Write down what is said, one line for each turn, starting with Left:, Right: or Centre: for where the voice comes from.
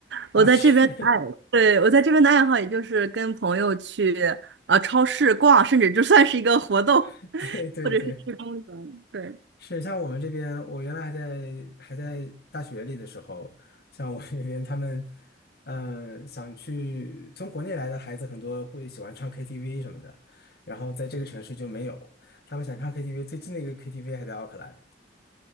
Right: 我在这边的爱，
Left: 啊，是，
Right: 对，我在这边的爱好也就是跟朋友去啊超市逛，甚至就算是一个活动，
Left: <laughs> 对对对。
Right: 或者是去公园。对，
Left: 是像我们这边，我原来还在还在大学里的时候，像我们这边他们，嗯、想去从国内来的孩子很多会喜欢唱 KTV 什么的，然后在这个城市就没有，他们想唱 KTV，最近的一个 KTV 还在奥克兰，